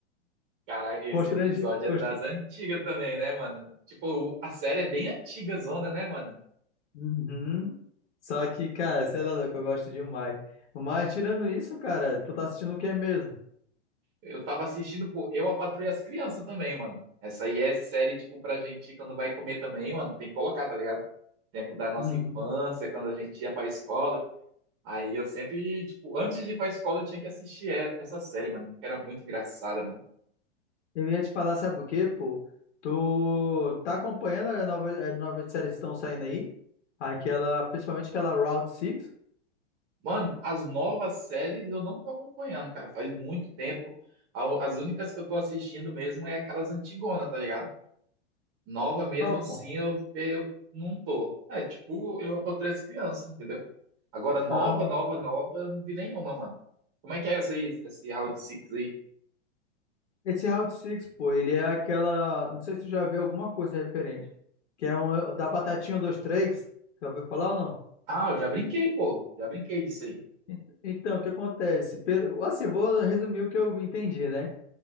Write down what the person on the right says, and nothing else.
Cara, esse
episódio
é das antigas também, né, mano? Tipo, a série é bem antiga, zona, né, mano?
Eu tava assistindo, pô, Eu, a Patroa e as Crianças também, mano. Essa aí é série, tipo, pra gente que não vai comer também, mano. Tem que colocar, tá ligado? Tempo da nossa
infância, quando a gente ia pra escola. Aí eu sempre, tipo, antes de ir pra escola eu tinha que assistir e- essa série, mano, porque era muito engraçada, mano.
Mano, as novas séries eu não tô acompanhando, cara, faz muito tempo. A- As únicas que eu tô assistindo mesmo é aquelas antigonas, tá ligado? Nova mesmo
assim
eu, eu não tô. É, tipo, eu apatrei as crianças, entendeu? Agora, nova,
nova,
nova, eu não vi nenhuma, mano. Como é que é essa aí, esse Round Six aí?
Ah, eu já brinquei, pô. Já brinquei disso aí.